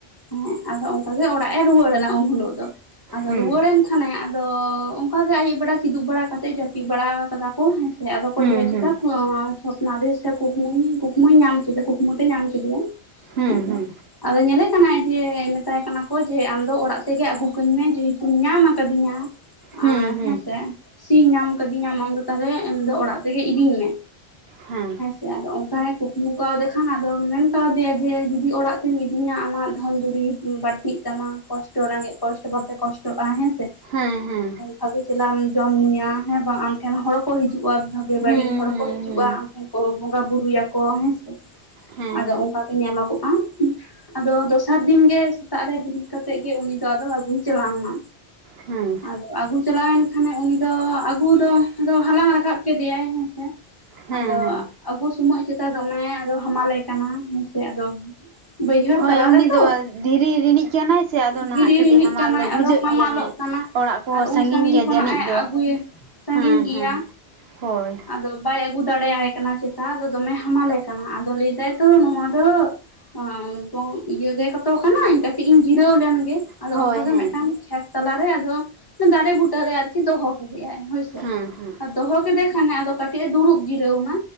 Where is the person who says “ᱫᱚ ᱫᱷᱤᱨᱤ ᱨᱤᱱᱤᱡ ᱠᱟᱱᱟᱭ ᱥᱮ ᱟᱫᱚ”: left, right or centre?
Right